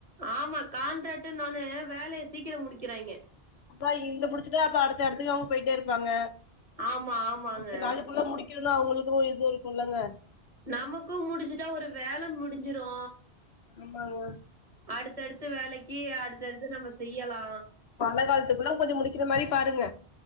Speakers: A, on the right; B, on the left.
A: ஆமா கான்ட்ராட்டுனோனே வேலைய சீக்கிரோ முடிக்கிறாங்க.
B: அப்பா இங்க முடிச்சிட்டா அப்ற அடுத்த எடத்துக்கு அவுங்க போயிட்டேருப்பாங்க.
A: ஆமா ஆமாங்க
B: இத்தன் நாளுக்குள்ள முடி க்கினு அவுங்குளுக்கு இது இருக்குல்லங்க.
A: நமக்கு முடிச்சிட்டா ஒரு வேல முடிஞ்சிரு.
B: ஆமாங்க
A: அடுத்தடுத்து வேலைக்கி அடுத்தடுத்து நம்ப செய்யலா.
B: மழ காலத்துக்குல்ல கொஞ்சோ முடிக்கிற மாரி பாருங்க.